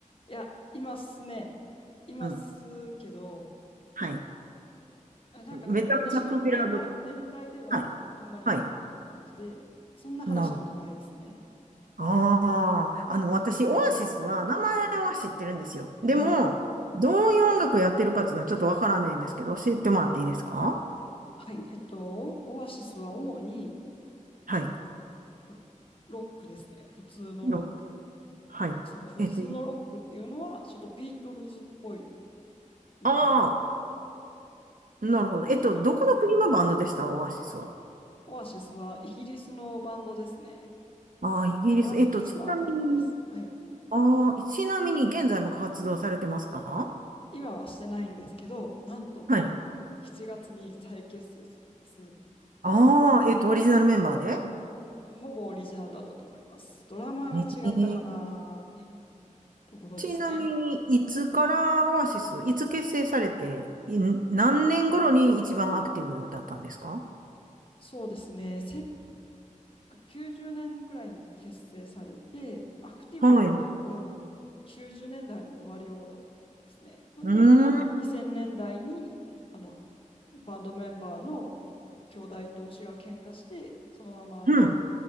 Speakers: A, on the left; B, on the right.
A: いや、いますね。いますけど、
B: うん。はい。
A: あ、なんかでも、
B: めちゃめちゃポピュラード。
A: 私の年代、年代ではあんまりいない感じで、
B: はい。はい。
A: そんな話したことないですね。
B: なるほど。ああ、あの、私、オアシスは名前は知ってるんですよ。でも、
A: はい。
B: どういう音楽やってるかっていうのはちょっとわからないんですけど、教えてもらっていいですか
A: はい。えっと、オオアシスは主に
B: はい。
A: ロロックですね。普通のロック。
B: のはい。
A: その普通のロックっていうのは、
B: えっと、
A: ちょっとビートルズっぽいっていう。
B: ああ、なるほど。えっと、
A: そういう、
B: どこの国のバンドでしたオアシスは。
A: オアシスはイギリスのバンドですね。
B: ああ、イギリス。
A: マンチェスターってとこです。
B: えっと、ちなみに、
A: はい。
B: ああ、ちなみに現在も活動されてますか
A: 今はしてないんですけど、なんと
B: はい。
A: 7月に再結成するんです。
B: ああ、えっと、オリジナルメンバーで
A: ほぼオリジナルだったと思います。ドラマが違ったかなーっていう
B: えー
A: ところですね。
B: ちなみに、いつからオアシス、いつ結成されて、い何年頃に一番アクティブだったんですか
A: そうですね。1990年ぐらいに結成されて、アクティブだったのが多分90年代の終わり頃ですね。
B: はい。う
A: ほんで、
B: ーん。
A: 2000年代にあのバンドメンバーの兄弟同士が喧嘩して、そのまま
B: うん。